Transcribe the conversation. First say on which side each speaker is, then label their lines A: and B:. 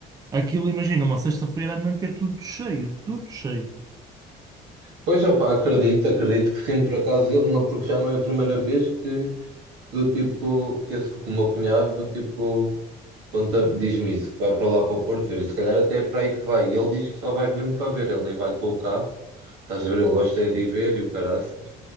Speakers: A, on the right; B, on the right.
A: Aquilo, imagina, uma sexta-feira à noite é tudo cheio, tudo cheio.
B: Pois, opá, acredito, acredito que sim, por acaso, ele- não- porque já não é a primeira vez que do tipo, que, esse, que o meu cunhado, do tipo, conta, diz-me isso, que vai para lá para o Porto ver, e se calhar até é para aí que vai. E ele diz que só vai mesmo para ver, ele nem vai com o carro, estás a ver, ele gosta é de ir ver e o caraças,